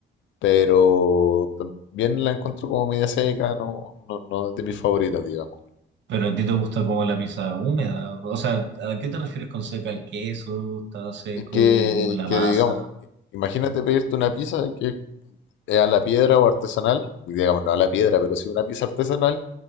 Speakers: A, on the left; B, on the right.
A: pero también la encuentro como media seca, no, no, no es de mis favoritas, digamos.
B: pero a ti te gusta como la pizza húmeda, o sea, ¿a qué te refieres con seca? ¿El queso está seco
A: Y Que,
B: o la
A: que
B: masa?
A: digamos, imagínate pedirte una pizza que es a la piedra o artesanal, digamos, no a la piedra, pero sí una pizza artesanal